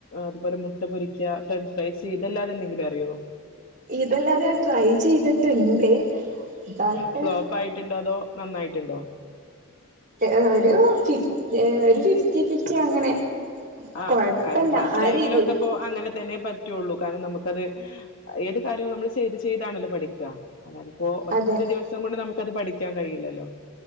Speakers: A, on the left; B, on the right.
A: അതുപോലെ മുട്ട പൊരിക്ക ഫ്രഞ്ച് ഫ്രൈസ് ഇതെല്ലാതെ എന്തെങ്കിലും അറിയോ
B: ഇതെല്ലാതെ ഞാൻ ട്രൈ ചെയ്തിട്ടുണ്ട് ബട്ട്
A: ഫ്ലോപ്പ് ആയിട്ടുണ്ടോ അതോ നന്നായിട്ടുണ്ടോ?
B: ആഹ് ഒരു ഫിഫ് ഒരു ഫിഫ്റ്റി ഫിഫ്റ്റി അങ്ങനെ
A: ആഹ്
B: കൊഴപ്പല്ല
A: കാരണം ഫസ്റ്റ്
B: ആ
A: ടൈമിലൊക്കെ
B: രീതിയില്
A: പോ അങ്ങനെ തന്നെ പ പറ്റുള്ളൂ കാരണം നമുക്കത് ഏത് കാര്യവും നമ്മൾ ചെയ്ത് ചെയ്താണല്ലോ പഠിക്കുക അല്ലാതിപ്പോ ഒറ്റ
B: അതെ
A: ദിവസം കൊണ്ട് നമുക്ക്ത് പഠിക്കാൻ കഴിയില്ലല്ലോ